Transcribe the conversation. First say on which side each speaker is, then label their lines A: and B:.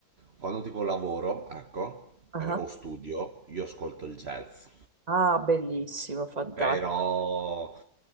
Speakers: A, on the right; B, on the right.
A: Quando tipo lavoro, ecco,
B: Ah,
A: eh, o studio, io ascolto il jazz.
B: ah, bellissimo, fantastico.
A: Però